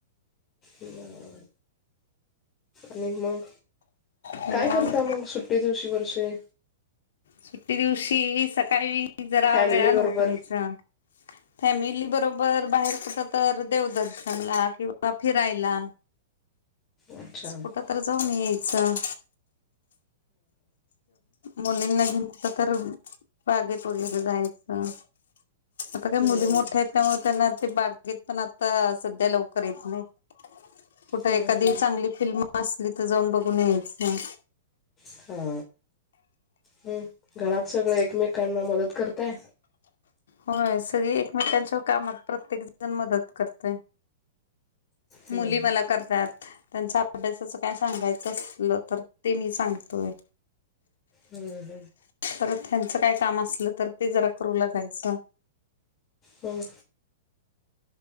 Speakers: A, on the left; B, on the left.
A: म आणि मग.
B: निवांत
A: काय करता मंग सुट्टी दिवशी? वर्ष ते
B: सुट्टी दिवशी सकाळी कि जरा
A: फॅमिली
B: वेळानं
A: बरोबर
B: उठायचं. फॅमिली बरोबर, बाहेर कुठं तर, देवदर्शनला किंवा फिरायला.
A: अच्छा
B: अस्
A: हा
B: कुठं तर जाऊन याय चं मुलींना घेऊन कुठं तर बागेत वगैरे जायचं. आता
A: हम्म
B: काय मुली मोठ्या आहेत त्यामुळे त्यांना ते बागेत पण आता सध्या लवकर येत नईत. कुठं
A: हम्म
B: एखादी चांगली फिल्म असली त जाऊन बघून यायचं.
A: हा हम्म घरात सगळे एकमेकांना मदत करताय?
B: होय, सगळी एकमेकांच्या कामात प्रत्येक जण मदत करतय.
A: हम्म,
B: मुली मला करतात. त्यांचा अभ्यासाचं काय सांगायचं असलं तर ते मी सांगतोय.
A: हम्-हम्
B: परत हेंचं काय काम असलं तर ते जरा करू लागायचं.
A: हम्म